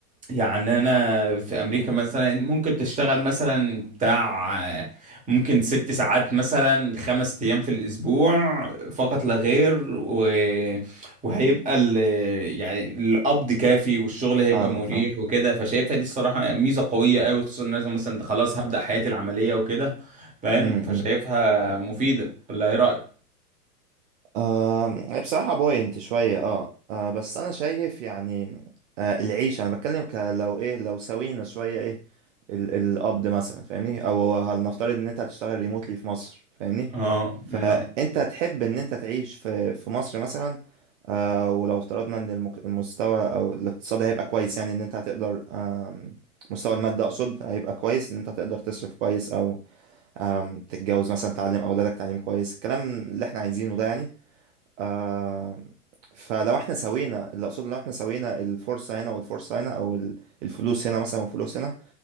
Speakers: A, on the right (about 15°); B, on the right (about 55°).
A: يعني انا في امريكا مثلا ممكن تشتغل مثلا بتاع آه، ممكن ست ساعات مثلا خمس ايام في الاسبوع فقط لا غير و... وهيبقى ال... يعني القبض كافي والشغل هيبقى
B: فاهمك
A: مريح
B: فاهم
A: وكده فشايفها دي الصراحة ميزة قوية قوي خصوصا ان انا مثلا ده خلاص هبدأ حياتي العملية وكده فاهم
B: امم
A: فشايفها مفيدة ولا ايه رأيك
B: آه بصراحة بوينت شوية اه, آه بس أنا شايف يعني آه العيش أنا بتكلم ك- لو إيه لو سوينا شوية إيه ال القبض مثلا فاهمني أو هنفترض إن أنت هتشتغل ريموتلي في مصر فاهمني
A: اه
B: فأنت
A: من
B: تحب إن أنت تعيش في في مصر مثلا آه ولو افترضنا إن المك- المستوى أو الاقتصاد هيبقى كويس يعني إن أنت هتقدر آم، مستوى المادة أقصد هيبقى كويس إن أنت تقدر تصرف كويس أو آم، تتجوز مثلا تعلم أولادك تعليم كويس الكلام اللي إحنا عايزينه ده يعني آه فلو احنا سوينا اللي اقصده لو احنا سوينا الفرصة هنا والفرصة هنا او ال- الفلوس هنا مثلا والفلوس هنا